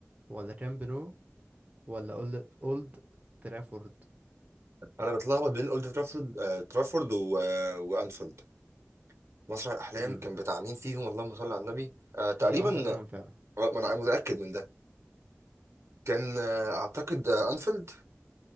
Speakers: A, on the right; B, on the right.
A: ولا كامب نو ولا أولد, أولد ترافورد
B: انا بتلخبط بين اولد ترافورد آه ترافورد و... آه وانفيلد مسرح الاحلام
A: امم
B: كان بتاع مين فيهم اللهم صل على النبي آه تقريبا
A: هي واحدة بينهم فعلا
B: آه ما انا متاكد من ده كان آه اعتقد آه انفيلد